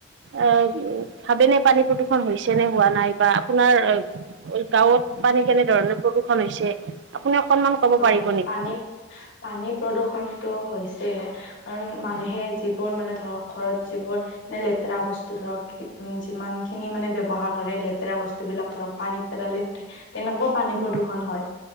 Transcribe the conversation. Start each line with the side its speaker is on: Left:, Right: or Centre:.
Right: অ', ভাবেনে পানী প্ৰদূষণ হৈছে নে হোৱা নাই বা আপোনাৰ। গাঁৱত পানী কেনেধৰণে প্ৰদূষন হৈছে আপুনি অকনমান। ক'ব
Left: হয়',
Right: পাৰিব নেকি?
Left: পানী- পানী প্ৰদূৰ্ষণতটো হৈছে। কাৰণ মানুহে যিবোৰ মানে ধৰক ঘৰত যিবোৰ। নে লেতেৰা বস্তু ধৰক উম', যিমান খিনি মানে ব্যৱহাৰ কৰে লেতেৰা বস্তুবিলাক ধৰক পানীত। পদালিত তেনেকুৱাও পানী
Right: উম,
Left: প্ৰদূষণ হয়।